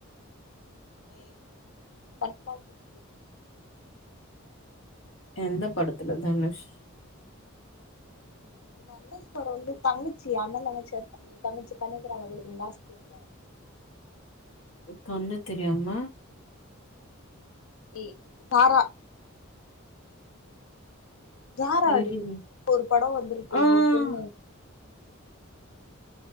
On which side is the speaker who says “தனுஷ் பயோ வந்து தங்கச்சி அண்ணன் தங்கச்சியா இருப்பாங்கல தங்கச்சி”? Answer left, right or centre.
Left